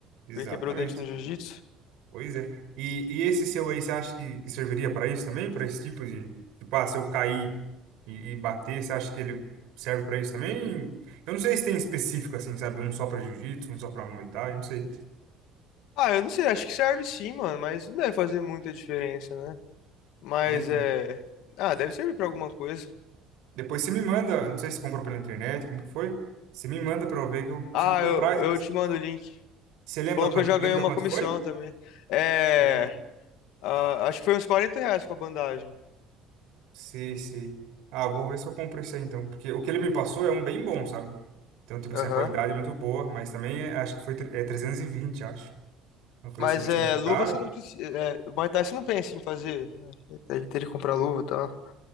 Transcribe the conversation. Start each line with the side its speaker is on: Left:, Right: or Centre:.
Right: exatamente.
Left: porque quebrou o dente no jiu-jitsu.
Right: Pois é. E, e esse seu aí, você acha que, que serviria para isso também? Para esse tipo de, tipo, ah, se eu cair e, e bater, você acha que ele serve para isso também? Eu não sei se tem específico assim, sabe? Um só para jiu-jitsu, um só para muay thai, não sei.
Left: Ah, eu não sei, acho que serve sim, mano, mas não deve fazer muita diferença, né? Mas
Right: É, então.
Left: é. Ah, deve servir pra alguma coisa.
Right: Depois você me manda, eu não sei se comprou pela internet, como que foi? Você me manda para eu ver que eu preciso
Left: Ah,
Right: comprar.
Left: eu, eu te mando o link.
Right: Você lembra
Left: Bom,
Right: quanto,
Left: que eu já ganhei
Right: lembra
Left: uma
Right: quanto
Left: comissão
Right: foi?
Left: também. É.
Right: É.
Left: ah, acho que foi uns 40 reais com a bandagem.
Right: Sei, sei. Ah, vou ver se eu compro esse aí então. Porque o que ele me passou é um bem bom, sabe? Então, tipo
Left: Aham.
Right: assim, a qualidade é muito boa, mas também é- acho que foi tre- é 320 acho. Uma coisa
Left: Mas
Right: assim, mas
Left: é,
Right: é muito
Left: luva
Right: caro.
Left: você não precisa. É, o Muay Thai você não pensa em fazer. né? Teria teria que comprar luva e tal.